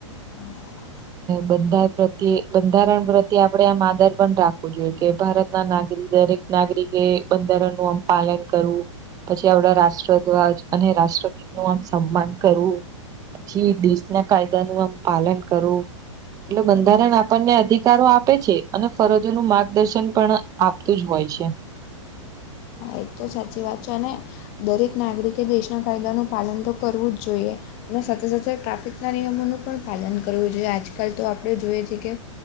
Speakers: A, on the left (about 40°); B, on the right (about 20°).
A: હમ
B: બંધાર પ્રત્યે બંધારણ પ્રત્ય આપણેે આમ આદર પણ રાખવું જોઈએ કે ભારતના નાગરિક દરેક નાગરિકે બંધારણ નુંમ પાલન કરવું પછી આપડા રાષ્ટ્રધ્વજ અને રાષ્ટ્રગીત નું આમ સન્માન કરવું પછી દેશ ના કાયદા નું આમ પાલન કરું એટલે બંધારણ આપણને અધિકારો આપે છે અને ફરજોનું માર્ગદર્શન પણ આપતું જ હોય છે.
A: એક તો સાચી વાત છે અને દરેક નાગરિકે દેશના કાયદાનું પાલન તો કરવું જ જોઈએ‌. અને સાથે સાથે ટ્રાફિકના નિયમોનું પણ પાલન કરવું જોઈએ આજકાલ તો આપણે જોઈએ છીએ કે